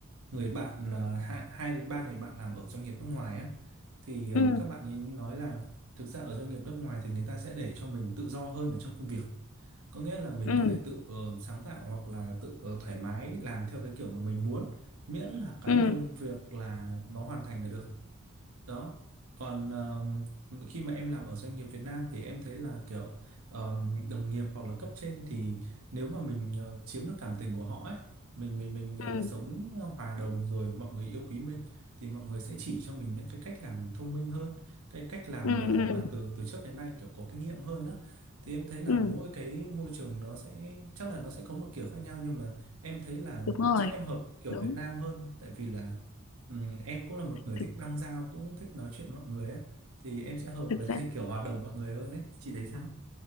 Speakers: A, on the right; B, on the left.
A: người bạn là hai, hai đến ba người bạn làm ở doanh nghiệp nước ngoài á thì ờ,
B: ừ
A: các bạn ấy nói là thực ra ở doanh nghiệp nước ngoài thì người ta sẽ để cho mình tự do hơn ở trong công việc có nghĩa là mình
B: ừ
A: có thể tự ờ, sáng tạo hoặc là tự ờ, thoải mái làm theo cái kiểu mà mình muốn miễn là cái
B: ừ
A: công việc là nó hoàn thành là được đó còn um, khi mà em làm ở doanh nghiệp Việt Nam thì em thấy là kiểu um, đồng nghiệp hoặc là cấp trên thì nếu mà mình ờ, chiếm được cảm tình của họ ấy mình mình mình ờ,
B: ừ
A: sống hòa đồng rồi mọi người yêu quý mình thì mọi người sẽ chỉ cho mình những cái cách làm thông minh hơn cái cách làm
B: ừ
A: mà
B: ừ
A: mà từ từ trước đến nay kiểu có kinh nghiệm hơn đó. thì em thấy là
B: ừ
A: mỗi cái môi trường nó sẽ chắc là nó sẽ có một kiểu khác nhau nhưng mà em thấy là
B: đúng rồi
A: chắc em hợp kiểu
B: đúng
A: Việt Nam hơn tại vì là Ừ, em cũng là một người
B: thực
A: thích băng giao cũng thích nói chuyện với mọi người ấy thì em sẽ hợp
B: thực
A: với lại
B: ra
A: <laughs> kiểu hòa đồng mọi người hơn ấy chị thấy sao